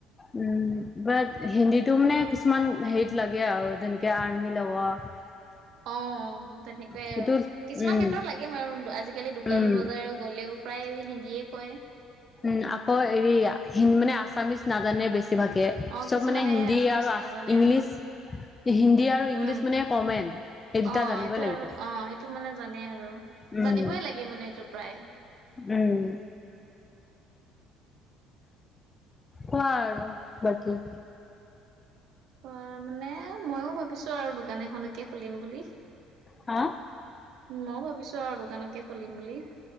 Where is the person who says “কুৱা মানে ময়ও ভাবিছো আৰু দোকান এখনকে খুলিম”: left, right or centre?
Right